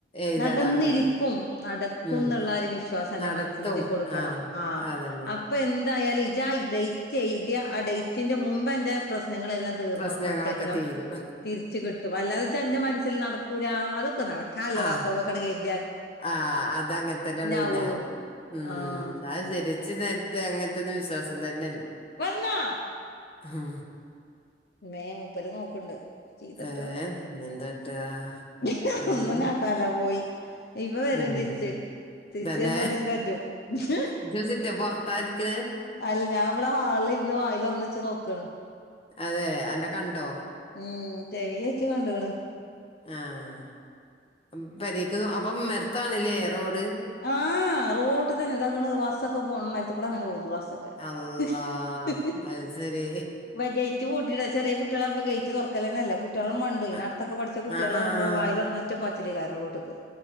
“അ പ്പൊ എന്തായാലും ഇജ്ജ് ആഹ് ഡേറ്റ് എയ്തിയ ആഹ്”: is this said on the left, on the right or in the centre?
Left